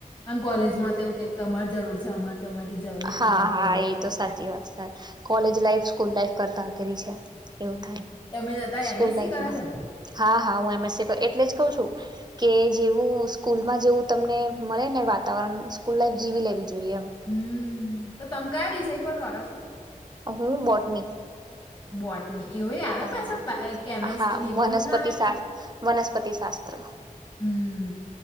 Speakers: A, on the left (about 35°); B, on the right (about 30°).
A: અને કોલેજ
B: છે હમ.
A: માંવું જે તમારે જરૂર છે. અમારે તમારી જરૂર નહીં
B: હા
A: એમ
B: હા
A: કહી દે ફટાક
B: એ તો સાચી
A: દે
B: વાત છે કોલેજ લાઈફ સ્કૂલ લાઈફ કરતાં અઘરી છે. એવું
A: હમ્મ
B: થાય
A: તમે
B: સ્કૂલ
A: એમએસસી
B: લાઈફમાં
A: કરો છો ને
B: હા હા હું એમએસસી એટલે જ કહું છું. કે જેવું સ્કૂલમાં જેવું તમને મળે ને વાતાવરણ સ્કૂલ લાઈફ જીવી લેવી. જોઈએ એમ.
A: હમ તો તમે કયા વિષય વરો છો?
B: હું બોટની.
A: બોટ એવ આવે
B: હા
A: પાછ કેમેસ્ટ્રી
B: હા
A: ની એ
B: વનસ્પતિ
A: બધું જ ના આવે
B: શા
A: ખાલી
B: વનસ્પતિ શાસ્ત્ર
A: હમ્મ